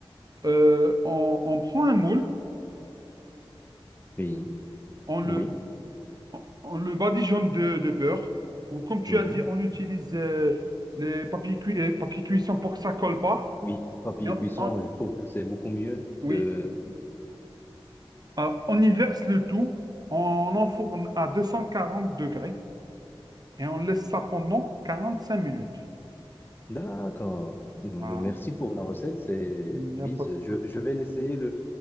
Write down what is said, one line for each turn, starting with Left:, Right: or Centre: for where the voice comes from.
Right: Euh, on, on prend un moule,
Left: Oui.
Right: on
Left: Oui,
Right: le, on, on le badigeonne de, de beurre, ou comme tu
Left: mhm,
Right: as dit, on utilise euh, les papiers cuits et papier cuisson pour que ça colle pas.
Left: Oui, papier
Right: Et on,
Left: cuisson,
Right: on-
Left: je trouve que c'est beaucoup mieux
Right: oui,
Left: que... oui.
Right: Euh, on y verse le tout, on enfourne à 240 degrés et on laisse ça pendant 45 minutes.
Left: D'accord. Euh,
Right: Voilà.
Left: Merci pour la recette. C'est...
Right: Il
Left: Oui,
Right: n'y a pas
Left: c'est-
Right: de quoi.
Left: je, je vais l'essayer le,